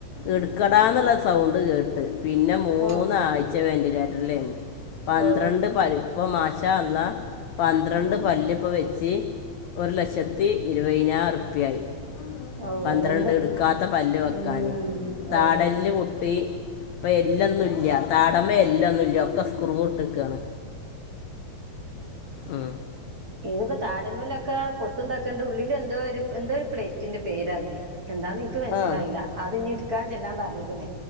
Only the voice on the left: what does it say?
എട്ക്കടാന്നുള്ള സൗണ്ട് കേട്ട് പിന്നെ മൂന്ന
ആയി ച്ച വെന്റിലേറ്ററിലെനി പന്ത്രണ്ട്
പരിപ്പു മാഷാ അള്ളാ പന്ത്രണ്ട്
പല്ലിപ്പ് വെച്ച് ഒരു ലക്ഷത്തി ഇരുവയിനായിരം റുപ്യാ ആയി
പന്ത്രണ്ട്
ഇട്ക്കാത്ത പല്ല് വെക്കാന്
താടല്
ട്ടീ ഇപ്പ എല്ല്ന്നും ഇല്ല താടമ എല്ല്ന്നുല്ല ഒക്ക കുറ് വ്ട്ടക്കാണ് ഉം
ആ